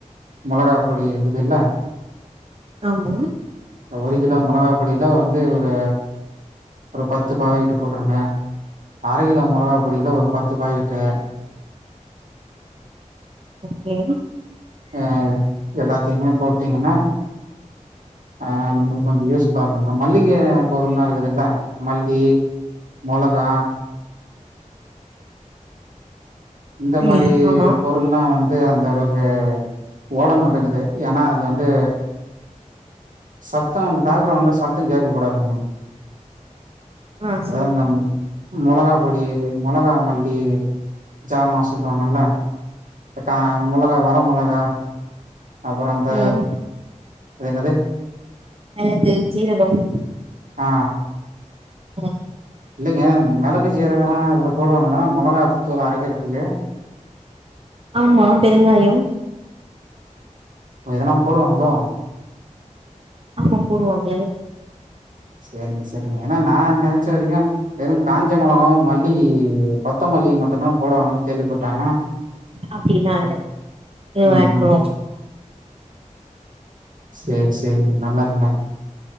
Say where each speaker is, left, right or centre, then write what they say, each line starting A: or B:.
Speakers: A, on the right; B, on the right.
A: மொளகா பொடி இதுல்ல
B: ஆமா
A: ஒரு கிலோ மொளகா பொடில வந்து ஒரு ஒரு பத்து பாக்கெட்டு போட்ருங்க அர கிலோ மொளகா பொடில ஒரு பத்து பாக்கெட்டு
B: ஓகே
A: அ எல்லாத்தியுமே போட்டீங்கன்னா அ நம்மளுக் கொஞ்சோ யூஸ்ஃபுல்லா இருக்கு அந்த மளிக பொருள்ல்லா இருக்கு ல்ல மல்லி மொளகா இந்த மாரி
B: ம் ஆமா
A: பொருள்ல்லா வந்து அந்த அளவுக்கு ஓட மாட்டேங்குது ஏன்னா அது வந்து சத்தோ பேக்ரவுண்ட்ல சத் த்தோ கேக்க கூடாதுங்க
B: ஆ
A: அதா
B: சொல்லுங்க
A: <unintelligible> மொளகா பொடி மொளகா மல்லி ஜாமா சொல்லுவாங்கல்ல இந்த கா மொளகா வர மொளகா அப்புறோ அந்த
B: ம்
A: அது என்னது
B: மெளகு சீரகம்
A: அ
B: அ
A: இல்லேங்க இந்த மெளகு சீரகல்லா அதுல போடுவாங்களா மொளகாத்தூள் அரைக்கர்துக்கு.
B: ஆமா பெருங்காயோ
A: இதல்லா போடுவாங்களோ
B: ஆமா போடுவாங்க.
A: செரிங்க <unintelligible> தெரிலிங்க ஏன்னா நா நெனச்ச வரிக்கு வெறு காஞ்ச மெளாகாவு மல்லி கொத்தமல்லி மட்டுந்தா போடுவாங்கன்னு கேள்விப்பட்டே
B: அப்டிலா
A: இப்ப
B: இல்ல இதுவா
A: ம்
B: இருக்கனு
A: ம். சேரி சே சேரிங்க நல்லதுங்க.